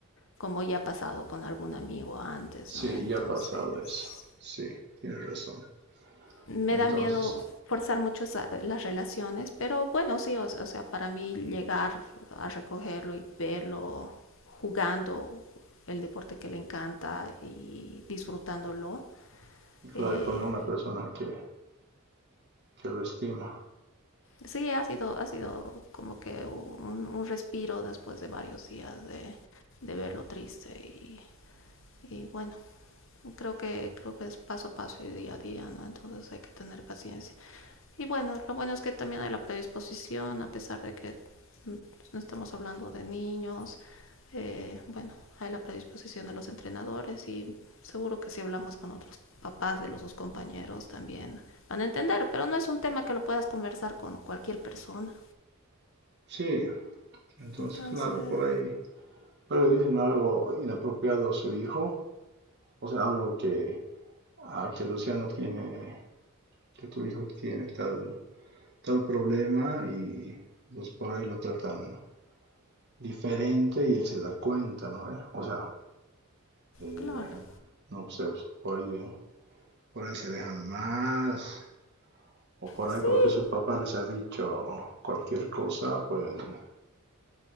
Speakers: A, on the left (about 60°); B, on the right (about 50°).
A: como ya ha pasado con algún amigo antes,
B: Sí,
A: ¿no? Entonces,
B: ya ha pasado eso. Sí, tienes razón.
A: me
B: Entonces,
A: da miedo forzar mucho esa- las relaciones, pero bueno, sí, o, o sea, para mí llegar a recogerlo y verlo jugando el deporte que le encanta y disfrutándolo, eh,
B: claro, y con una persona que, que lo estima.
A: sí, ha sido, ha sido como que un, un respiro después de varios días de, de verlo triste y, y bueno creo que creo que es paso a paso y día a día no entonces hay que tener paciencia y bueno lo bueno es que también hay la predisposición a pesar de que no estamos hablando de niños eh, bueno hay la predisposición de los entrenadores y seguro que si hablamos con otros papás de los sus compañeros también van a entender pero no es un tema que lo puedas conversar con cualquier persona
B: Sí, entonces,
A: entonces
B: claro, por ahí. Pero le dicen algo inapropiado a su hijo, o sea, algo que, ah, que Luciano tiene, que tu hijo tiene tal, tal problema y pues por ahí lo tratan diferente y él se da cuenta, ¿no? eh O sea, Eh,
A: claro
B: no sé, pues, por ahí, eh, por ahí se dejan más. O por
A: sí
B: ahí porque sus papás les ha dicho cualquier cosa, pueden,